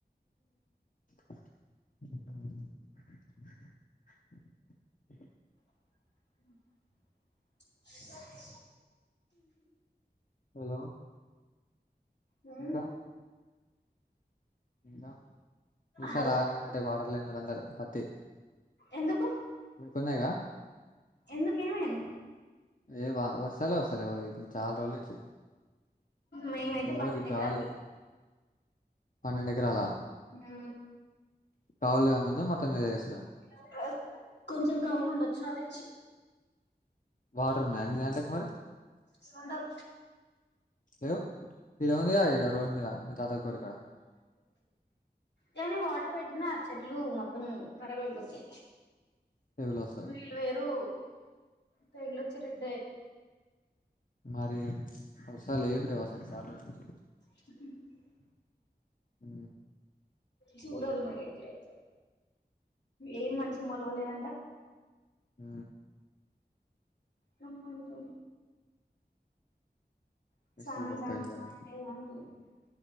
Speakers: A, on the left; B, on the left.
A: <unintelligible> <inaudible>
B: <inaudible>
A: హలో
B: ఆ
A: ఇంకా ఇంకా ఈసారీ
B: హలో
A: ఆగమైనట్లే వాటర్ లేనోళ్లు అందరూ పత్తి
B: ఎందుకు
A: మీ కుంనాయిగా
B: ఎందుకు ఏమైంది
A: లేవా వర్షాలే వస్తాలే చాల రోజుల నుంచి
B: మేమైతే
A: రోజు
B: పన్నెండు
A: గాలి
B: ఎకరాలు
A: పన్నెండు ఎకరాల
B: ఆ
A: కౌలు ఏమన్నా ఉందాకా మొత్తం మీదే వేసారు
B: <unintelligible> కొంచెం కవులు ఉండొచ్చు నాకు తెలిసి
A: వాటర్ ఉన్నాయి అన్ని దాంట్లోకి మరి
B: సడం
A: లే ఇడ ఉందిద ఇక్కడ రోడ్ మీద మి తాత గోరి కాడ
B: ఏమన్నా వాటర్ పెట్టినా ఆ చెట్లు మొత్తం ఖరాబ్ అయిపోతాయి
A: లెవెల్ వస్తది
B: పిల్ల వేరు పేగులు వచ్చి నట్టే
A: మరి వర్షాలు ఏమి లేవు అసలు చాలా రోజుల నుంచి
B: సెట్టింగ్ <unintelligible>
A: ఆ
B: చూడాలి మరి ఎట్లయితే ఏం మంచి మొలవలేదంట
A: ఆ
B: రమ్మంటూ <unintelligible>
A: విసులు బొక్క వేసారంట